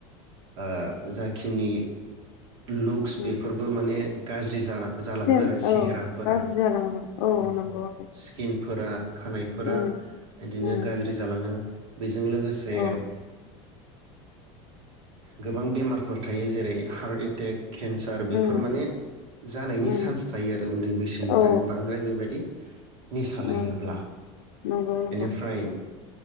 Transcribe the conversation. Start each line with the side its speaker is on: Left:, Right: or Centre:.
Right: ओ जाखिनि लुक्स
Left: उम
Right: बेफोरबो माने जै जारा जालाङो
Left: सेन
Right: आरो सेहेराफोरा
Left: औ गाज्रि जालाङो औ
Right: ओ
Left: नंगौ आगै
Right: स्किन फोरा खानायफोरा
Left: उम
Right: इदिनो
Left: उम
Right: गाज्रि जालाङो बेजों लोगोसे
Left: औ
Right: गोबां बेमारफोर थायो जेरै हार्ट एटेक केन्सार बेफोर
Left: उम
Right: माने जानायनि
Left: उम
Right: चान्स थायो आरो उन्दै बैसोनिफ्रायनो
Left: औ
Right: बांद्राय बेबायदि निसा लायोब्ला
Left: औ नंगौ नंगौ
Right: बेनिफ्राय